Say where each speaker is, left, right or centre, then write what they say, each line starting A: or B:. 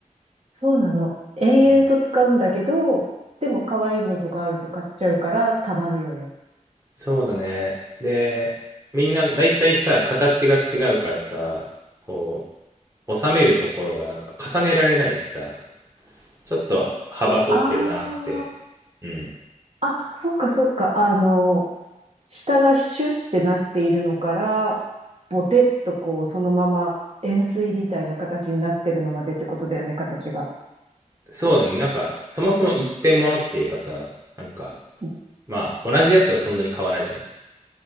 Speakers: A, on the right; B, on the right.
A: そうなの。延々と使うんだけど、
B: うん
A: でも可愛いのとかあると買っちゃうから溜まるよね。
B: そうだね。で、みんな大体さ、形が違うからさ、こう、収めるところがなんか重ねられないしさ、ちょっと幅取ってるなって。
A: あ
B: うん。
A: あ、あ、そっかそっか。あの、下がシュってなっているのから、ボテッとこう、そのまま円錐みたいな形になってるのまでってことだよね、形が。
B: そうだね。なんか、そもそも一点物っていうかさ、なんか、
A: うん
B: まあ、同じやつはそんなに買わないじゃん。